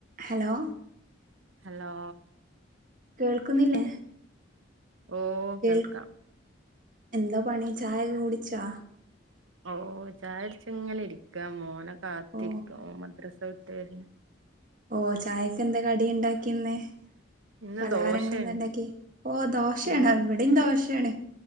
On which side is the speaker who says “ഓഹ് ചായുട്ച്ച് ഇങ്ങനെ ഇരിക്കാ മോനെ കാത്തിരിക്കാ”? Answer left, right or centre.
Right